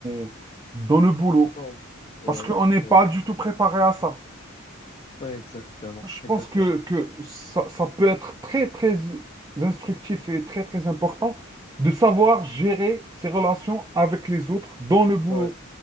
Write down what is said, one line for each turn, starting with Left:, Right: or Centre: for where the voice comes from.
Right: euh, dans le boulot.
Left: Donc, ouais,
Right: Parce qu'on n'est pas
Left: ouais.
Right: du tout préparé à ça.
Left: Ouais, exactement,
Right: Je
Left: exactement.
Right: pense que, que ça, ça peut être très, très instructif et très, très important de savoir gérer ses relations avec les autres dans le boulot.
Left: Ouais.